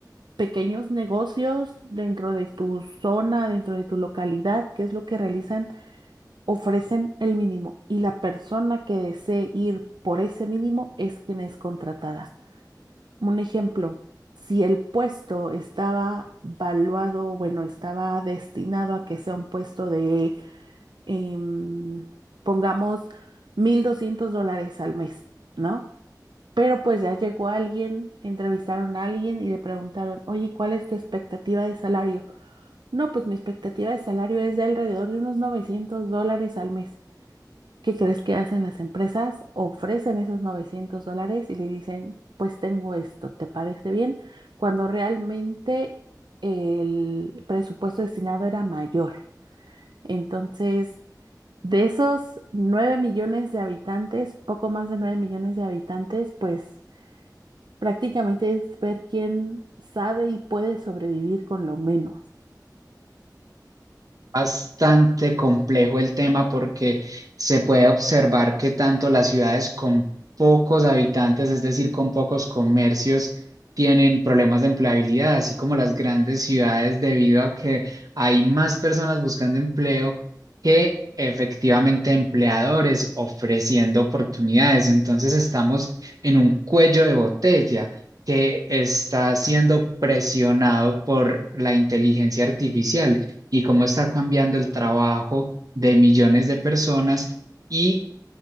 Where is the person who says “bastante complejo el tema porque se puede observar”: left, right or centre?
Right